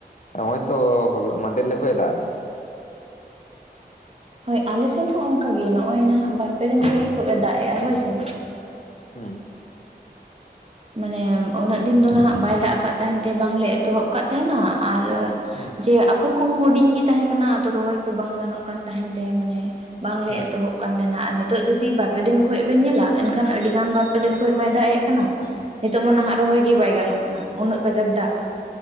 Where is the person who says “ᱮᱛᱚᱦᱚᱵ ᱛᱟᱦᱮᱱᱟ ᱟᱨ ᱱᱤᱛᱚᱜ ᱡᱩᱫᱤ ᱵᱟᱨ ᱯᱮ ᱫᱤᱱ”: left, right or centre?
Right